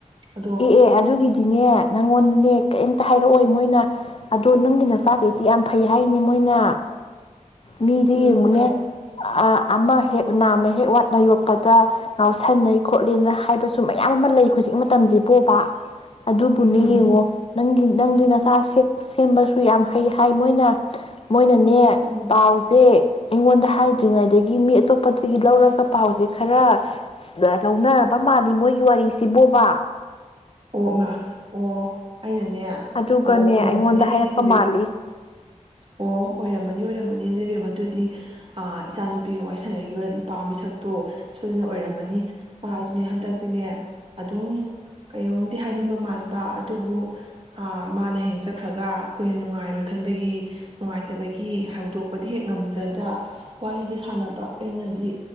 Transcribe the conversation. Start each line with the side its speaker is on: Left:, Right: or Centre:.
Right: ꯑꯗꯣ
Left: ꯑꯦ ꯑꯦ ꯑꯗꯨꯒꯤꯗꯤꯅꯦ ꯅꯪꯉꯣꯟꯗꯅꯦ ꯀꯔꯤꯝꯇ ꯍꯥꯏꯔꯛꯑꯣ ꯃꯣꯏꯅ ꯑꯗꯣ ꯅꯪꯒꯤ ꯅ ꯆꯥꯛꯈꯩꯗꯤ ꯌꯥꯝ ꯐꯩ ꯍꯥꯏꯔꯤꯅꯦ ꯃꯣꯏꯅ ꯃꯤꯗꯤ
Right: ꯎꯝ
Left: ꯌꯦꯡꯉꯨꯅꯦ ꯑ ꯑꯃ ꯍꯦꯛ ꯅꯥꯝꯃ ꯍꯦꯛ ꯋꯥꯠꯅ ꯌꯣꯛꯄꯗ ꯉꯥꯎꯁꯟꯅꯩ ꯈꯣꯠꯂꯤꯅ ꯍꯥꯏꯕꯁꯨ ꯃꯌꯥꯝ ꯑꯃ ꯂꯩ ꯍꯧꯖꯤꯛ ꯃꯇꯝꯁꯤ ꯕꯣꯕꯥ ꯑꯗꯨꯕꯨꯅꯦ ꯌꯦꯡꯉꯣ
Right: ꯎꯝ
Left: ꯅꯪꯒꯤ ꯅꯪꯗꯤ ꯅꯆꯥ ꯁꯦꯝꯕꯁꯨ ꯌꯥꯝ ꯍꯩ ꯍꯥꯏ ꯃꯣꯏꯅ ꯃꯣꯏꯅꯅꯦ
Right: ꯎꯝ
Left: ꯄꯥꯎꯁꯦ ꯑꯩꯉꯣꯟꯗ ꯍꯥꯏꯗ꯭ꯔꯤꯉꯩꯗꯒꯤ ꯃꯤ ꯑꯇꯣꯞꯄꯗꯒꯤ ꯂꯧꯔꯒ ꯄꯥꯎꯁꯦ ꯈꯔ ꯂꯧꯅꯔꯕ ꯃꯥꯜꯂꯤ ꯃꯣꯏꯒꯤ ꯋꯥꯔꯤꯁꯤ ꯕꯣꯕꯥ
Right: ꯑꯣ ꯃꯥ ꯑꯣ ꯑꯩꯅꯅꯦ
Left: ꯑꯗꯨꯒꯅꯦ
Right: ꯑꯣ ꯑꯣꯏꯔꯝꯃꯅꯤ
Left: ꯑꯩꯉꯣꯟꯗ
Right: ꯑꯗꯨꯗꯤ
Left: ꯍꯥꯏꯔꯛꯄ
Right: ꯍꯧꯖꯤꯛ
Left: ꯃꯥꯜꯂꯤ
Right: ꯑꯣ ꯑꯣꯏꯔꯝꯃꯅꯤ ꯑꯣꯏꯔꯝꯃꯅꯤ ꯏꯅꯦꯕꯦꯝ ꯑꯗꯨꯗꯤ ꯏꯆꯥꯅꯨꯄꯤꯒꯤ ꯋꯥꯔꯤ ꯁꯥꯟꯅꯈꯤꯕ ꯅꯨꯄꯥ ꯃꯤꯁꯛꯇꯣ ꯁꯣꯏꯗꯅ ꯑꯣꯏꯔꯝꯃꯅꯤ ꯃꯥꯁꯨꯅꯦ ꯍꯟꯗꯛꯇꯤꯅꯦ ꯑꯗꯨꯝ ꯀꯩꯅꯣꯝꯗꯤ ꯍꯥꯏꯅꯤꯡꯕ ꯃꯥꯟꯕ ꯑꯗꯨꯕꯨ ꯃꯥꯅ ꯍꯦꯛ ꯆꯠꯈ꯭ꯔꯒ ꯑꯩꯈꯣꯏꯅ ꯅꯨꯡꯉꯥꯏꯔꯣꯏ ꯈꯟꯕꯒꯤ ꯅꯨꯡꯉꯥꯏꯇꯕꯒꯤ ꯍꯧꯗꯣꯛꯄꯗꯤ ꯍꯦꯛ ꯉꯝꯖꯗ ꯋꯥꯔꯤꯗꯤ ꯁꯥꯟꯅꯕ ꯑꯩꯅꯗꯤ